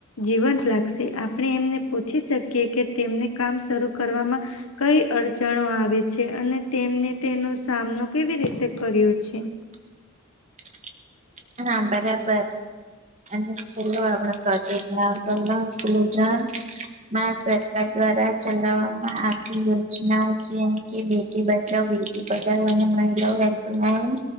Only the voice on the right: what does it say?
<inaudible> હા બરાબર. અને સ આપ પ્રોજેક્ટ ના કલઝ. માં સરકાર દ્વારા ચલાવવામાં આવી યોજનાઓ જેમ કે. બેટી બચાવ બેટી પચાવ અને મહિલાઓ હેલ્પલાઈન